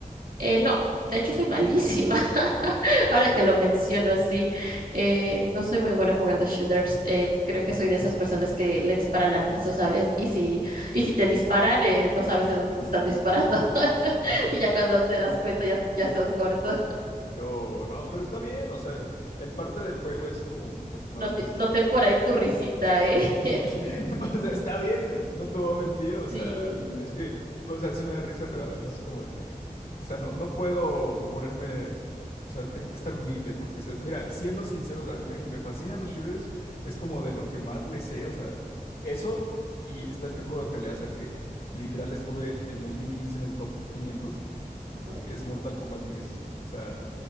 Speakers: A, on the right; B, on the left.
A: Eh, no, de hecho soy malísima. <laughs> Ahora
B: Y sí.
A: que lo menciono así, eh, no soy muy buena jugando shooters. Eh, creo que soy de esas personas que le disparan al piso, ¿sabes? Y si, y si te disparan, eh, no sabes de dónde te están disparando. <laughs>
B: Ajá.
A: Y ya cuando te das cuenta, ya, ya estás muerto.
B: No, no, pero está bien, o sea, el parte del juego es como, pues nada
A: No
B: más
A: te- Noté por ahí tu risita, ¿eh?
B: <laughs>
A: <laughs>
B: No, o sea, está bien, no te voy a mentir, o sea,
A: Sí.
B: es que, o sea, sí me da risa, pero a la vez es como, de, o sea, no, no puedo ponerme, o sea, tengo que estar humilde, porque, o sea, mira, siendo sinceros, a mí me, me fascinan los shooters, es como de lo que más le sé, o sea, eso, y está este juego de peleas al que literal estuve en 2015 en el top 500,
A: Ujú.
B: que es Mortal Kombat 10, o sea,